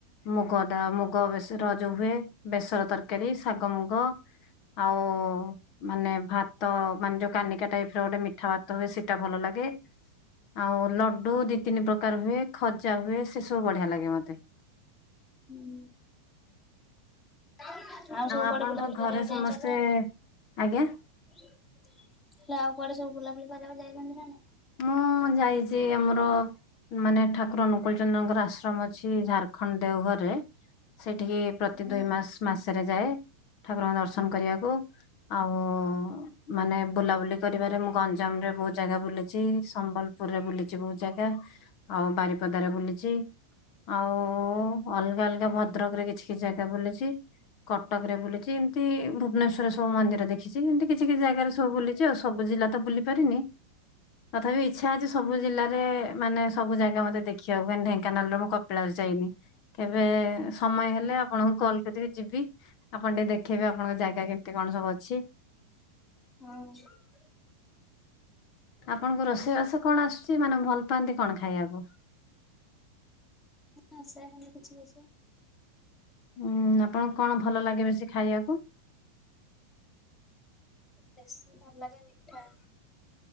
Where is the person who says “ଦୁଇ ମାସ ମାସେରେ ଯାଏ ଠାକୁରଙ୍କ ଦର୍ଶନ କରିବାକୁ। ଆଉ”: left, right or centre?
Left